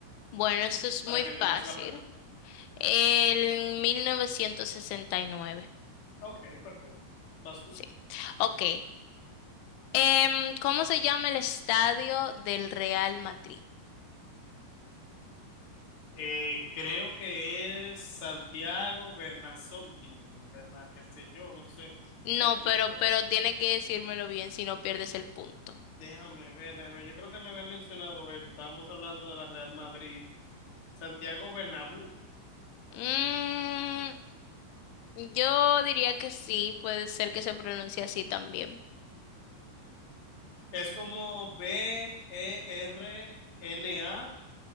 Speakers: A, on the left (about 90°); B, on the left (about 35°).
A: Bueno, esto es
B: para
A: muy
B: que
A: fácil.
B: entiendas la pregunta.
A: El mil novecientos sesenta y nueve,
B: Ok, perfecto. ¿Vas tú?
A: Sí. Ok. Em, ¿cómo se llama el estadio del Real Madrid?
B: Eh, creo que es Santiago Bernasonti, Berna, qué sé yo, no sé.
A: No,
B: Santiago,
A: pero, pero tiene que decírmelo bien si no pierdes el punto.
B: déjame ver, déjame ver. Yo creo que me habían mencionado eso. Estábamos hablando de la Real Madrid. Santiago Bernabéu.
A: Mm, Yo diría que sí, puede ser que se pronuncie así también.
B: Es como B-E-R-N-A.